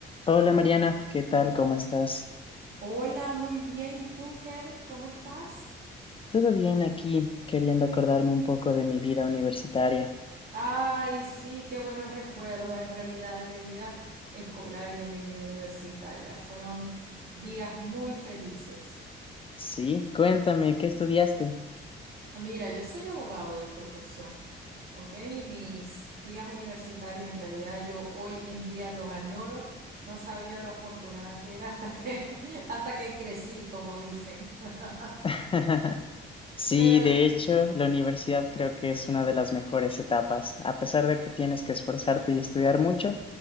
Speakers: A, on the left; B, on the right.
A: Hola Mariana, ¿qué tal? ¿Cómo estás?
B: Hola, muy bien. ¿Y tú, Kevin? ¿Cómo estás?
A: Todo bien aquí, queriendo acordarme un poco de mi vida universitaria.
B: Ay, sí, qué buenos recuerdos en realidad de mi vida escolar y de mi vida universitaria. Fueron días muy felices.
A: Sí, cuéntame, ¿qué estudiaste?
B: Mira, yo soy abogado de profesión, ¿ok? Y mis días universitarios en realidad yo hoy en día los añoro. No sabía lo afortunada que era hasta que, <laughs> hasta que crecí, como dicen. <laughs>
A: <laughs> Sí,
B: Pero
A: de hecho, la universidad creo que es una de las mejores etapas. A pesar de que tienes que esforzarte y estudiar mucho,